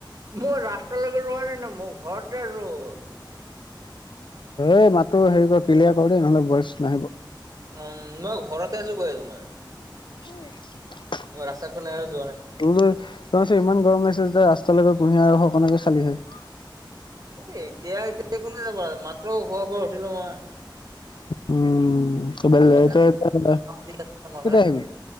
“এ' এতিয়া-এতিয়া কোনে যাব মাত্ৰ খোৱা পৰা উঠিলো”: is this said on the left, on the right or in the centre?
Right